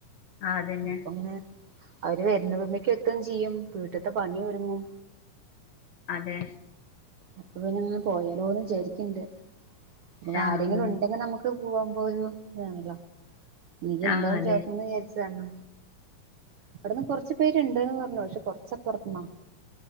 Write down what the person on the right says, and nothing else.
അപ്പങ്ങനെ. അവര് വരുന്നവമക്ക് എത്തുംചെയ്യും വീട്ട്ത്തെ പണിയൊരുങ്ങും.
അപ്പൊ പിന്നെങ്ങനെ പോയാലോന്ന് വിചാരിക്ക്ണ്ട് പിന്നെ
ആരെങ്കിലുണ്ടെങ്കി നമുക്ക്. പൊറ്ത്ത് പോവുമ്പോരു ഇതാണല്ലോ നീയ്ണ്ടോന്ന്
ചോയ്ക്കണന്ന് വിചാരിച്ചതാണ്. ഇവ ട്ന്ന് കൊറച്ച്പേര്ണ്ട്ന്ന് പറഞ്ഞു പക്ഷെ കൊറച്ചപ്പ്റ്ത്ത്ന്നാ.